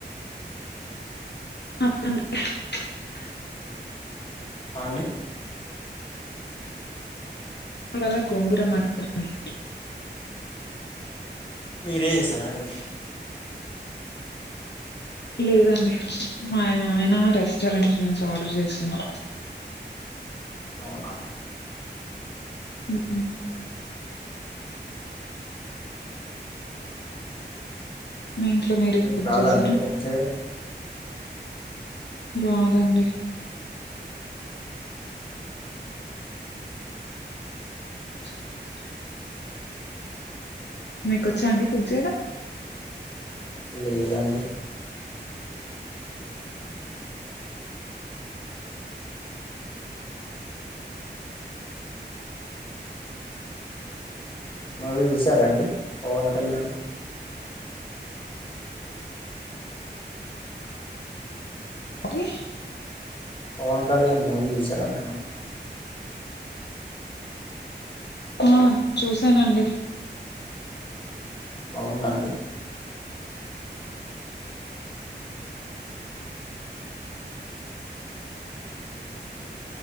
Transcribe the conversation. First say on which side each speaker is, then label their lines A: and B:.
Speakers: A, on the left (about 70°); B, on the left (about 30°).
A: <unintelligible>
B: ఆ అండి
A: ఇవాళ గోంగూర మటన్ అండి
B: మీరే చేసారండి
A: లేదండి మా ఆయన రెస్టారెంట్ నుంచి ఆర్డర్ చేసిండు
B: అవునా
A: ఉమ్ మీ ఇంట్లో మీరే
B: మీకు
A: కుక్
B: రాదా
A: చేశారా
B: అండి కుక్ చేయడం
A: రాదండి <inaudible> మీకు వచ్చా అండి కుక్ చేయడం
B: లేదండి మూవీ చూసారండి పవన్ కళ్యాణ్
A: <inaudible>
B: పవన్ కళ్యాణ్ మూవీ జూశార అంటున్నా
A: ఆ చూసానండి
B: బాగుందా అండి